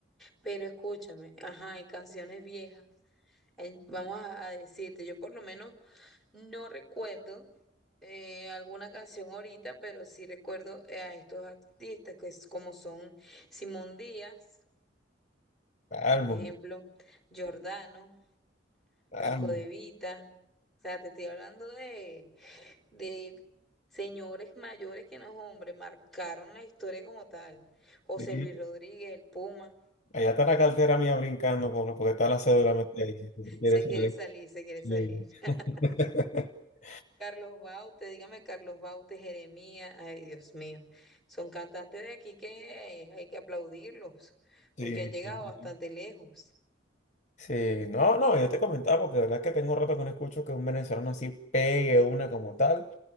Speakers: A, in the centre; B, on the left.
A: Pero escúchame, ajá, hay canciones viejas. Hay- Vamos a, a decirte, yo por lo menos no recuerdo eh, alguna canción ahorita, pero sí recuerdo eh, a estos artistas que es como son Simón Díaz,
B: Almo,
A: por ejemplo, Jordano, Franco
B: almo.
A: De Vita. O sea, te estoy hablando de, de señores mayores que no hombres, marcaron la historia como tal. José
B: Sí.
A: Luis Rodríguez, el Puma,
B: Allá está la cartera mía brincando con- porque está la cédula metida ahí. Si se quiere
A: se
B: salir.
A: quiere salir, se quiere
B: Sí.
A: salir. <laughs>
B: <laughs>
A: Carlos Baute, dígame Carlos Baute, Jeremías, ay Dios mío, son cantantes de aquí que hay que aplaudirlos,
B: Sí,
A: porque han llegado
B: sí, sí.
A: bastante lejos.
B: Sí, no, no, yo te comentaba porque de verdad que tengo rato que no escucho que un venezolano así pegue una como tal.